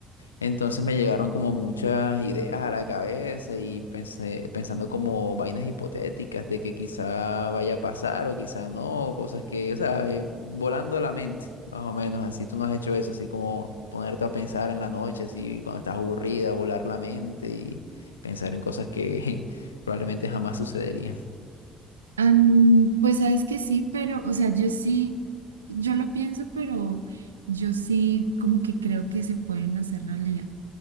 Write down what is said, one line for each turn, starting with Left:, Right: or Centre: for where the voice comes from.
Left: Entonces me llegaron como muchas ideas a la cabeza y pensé, pensando como vainas hipotéticas de que quizá vaya a pasar o quizá no, cosas que, o sea, eh, volando la mente, más o menos, así tú no has hecho eso, así como ponerte a pensar en la noche, así cuando estás aburrida, volar la mente y pensar en cosas que <laughs> probablemente jamás sucederían.
Right: Am, pues sabes que sí, pero, o sea, yo sí, yo lo pienso, pero yo sí como que creo que se pueden hacer realidad.